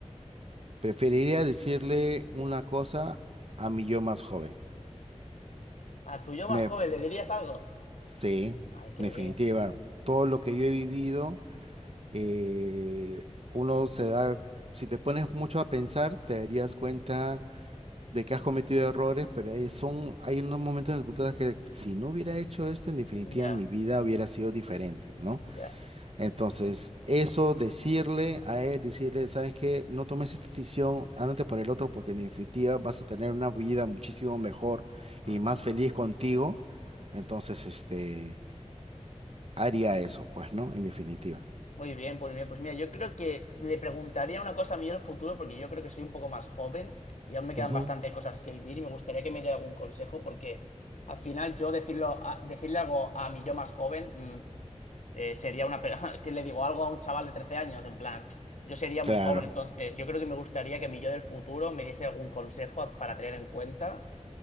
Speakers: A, on the right (about 55°); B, on the left (about 75°).
A: preferiría decirle una cosa a mi yo más joven.
B: ¿A tu yo más
A: me
B: joven le dirías algo?
A: Sí,
B: Ay, qué
A: en definitiva,
B: bien.
A: todo lo que yo he vivido, eh, uno se da, si te pones mucho a pensar, te darías cuenta de que has cometido errores, pero hay, son, hay unos momentos en que tú te das que si no hubiera hecho esto, en definitiva
B: Ya,
A: mi vida hubiera sido diferente, ¿no?
B: ya.
A: Entonces, eso, decirle a él, decirle, ¿sabes qué? No tomes esta decisión, ándate por el otro, porque en definitiva vas a tener una vida muchísimo mejor
B: Ajá.
A: y más feliz contigo. Entonces, este haría eso, pues, ¿no? En definitiva.
B: Muy bien, pues bien. Pues mira, yo creo que le preguntaría una cosa a mi yo del futuro porque yo creo que soy un poco más joven y aún me quedan
A: Ujú,
B: bastante cosas que vivir y me gustaría que me diera algún consejo porque al final yo decirlo a- decirle algo a mi yo más joven. mm, eh, sería una... pe- <laughs> que le digo algo a un chaval de 13 años, en plan, yo sería muy
A: Claro,
B: joven, entonces yo creo que me gustaría que mi yo del futuro me diese algún consejo para tener en cuenta.